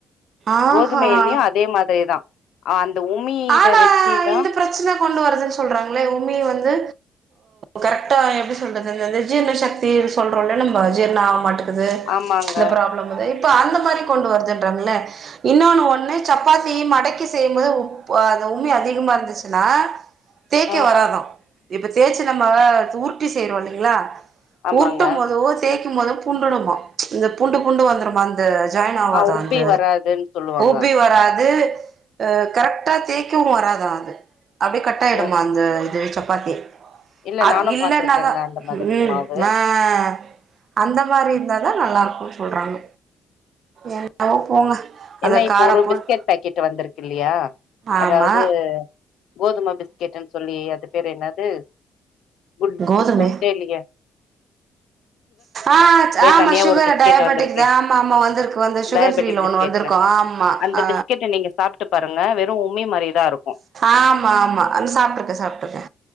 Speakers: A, on the right; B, on the left.
A: ஆஹா
B: கோதுமைையிலயும் அதே மாதிரிதா ஆ அந்த உமி இத
A: ஆனா
B: வச்சுதா
A: இந்த பிரச்சன கொண்டு வருதுன்னு சொல்றாங்களே உமி வந்து கரெக்டா எப்படி சொல்றது இந்த ஜீர்ண சக்தி சொல்றோம்ல்ல நம்ம ஜீர்ணம் ஆக மாட்டே இருது
B: ஆமாங்க
A: இந்த ப்ராப்ளம் இது அந்த மாதிரி கொண்டு வருதுன்றாங்கள இன்னொன்னு ஒண்ணு சப்பாத்திய மடக்கி செய் போ உ அந்த உண்மை அதிகமா இருந்துச்சுன்னா தேக்க
B: ஆ
A: வராத இப்ப தேசச்சு நம்ம உருட்டி செய்யறோம் இல்லைங்களா
B: ஆமாங்க
A: உ ஊட்டும் போது தே போதல் புண்டுடுமா இந்த புண்டு புண்டு வந்துமாந்த ஜாயின் ஆவது
B: ஆ உப்பி
A: அந்த
B: வராதுன்னு சொல்லுவாங்க
A: ஊபி வராது <unintelligible> அஹ் கரெக்டா தேய்க்கவும் வராதா அது அப்படியே கட் ஆயிடுமா
B: ஓஹோ
A: அந்த இது பக்கி
B: இல்ல
A: அது
B: நானு
A: இல்ன்னாதா
B: பாத்திருக்கேங்க அந்த மாதிரி
A: உம்
B: மாவு
A: ஆஹ் அந்த மாதிரி இருந்தாதா நல்லா இருக்கும் சொல்றாங்க என்னமோ போங்க
B: ஏன்ன
A: அந்த
B: இப்ப
A: கார
B: ஒரு
A: போட்
B: பிஸ்கட் பேக்கெட் வந்திருக்கு அதாவது
A: ஆமா
B: கோதுமை பிஸ்கெட்ன்னு சொல்லி அது பேரு என்னது குட்
A: கோதுமை
B: குட்டேலியே
A: ஆ ஆமா
B: தனியா
A: சுகர்
B: ஒரு பிஸ்கெட்
A: டபட்டிக்
B: வந்திருக்கே
A: தா ஆமா ஆமா வந்திருக்கு வந்துரு சுகர்
B: டயபெட்டிக்
A: ஃபரீல
B: பிஸ்கெட்னு
A: ஒண்ணு வந்திரு ஆமா
B: அந்த
A: ஆ
B: பிஸ்கெட்ட நீங்க சாப்ட்டு பாருங்க வெறு உம்மி மாரிதா இருக்கு
A: ஆமா ஆமா அ சாப்பிட்டு இருக்கே சாப்பிட்டுருக்கே